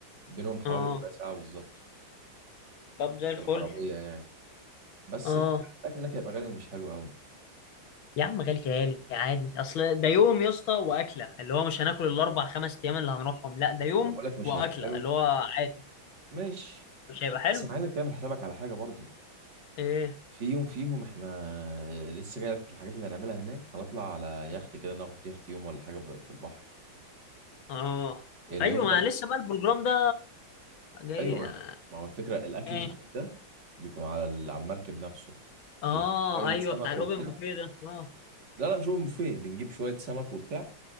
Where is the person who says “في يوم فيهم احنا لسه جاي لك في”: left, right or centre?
Right